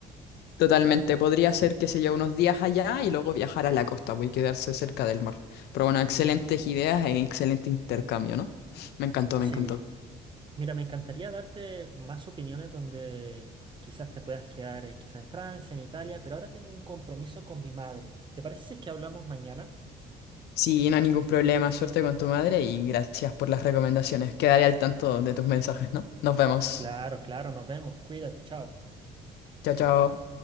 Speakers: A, on the left; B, on the right.
A: Totalmente. Podría ser, que se lleve unos días allá y luego viajar a la costa, voy a quedarse cerca del mar. Pero bueno, excelentes ideas e excelente intercambio, ¿no? Me encantó,
B: Sí,
A: me encantó.
B: mira, me encantaría darte más opiniones donde quizás te puedas quedar, eh, quizá en Francia, en Italia, pero ahora tengo un compromiso con mi madre. ¿Te parece si es que hablamos mañana?
A: Sí, no hay ningún problema. Suerte con tu madre y gracias por las recomendaciones. Quedaré al tanto de tus mensajes, ¿no? Nos vemos.
B: Claro, claro, nos vemos. Cuídate, chao.
A: Chao, chao.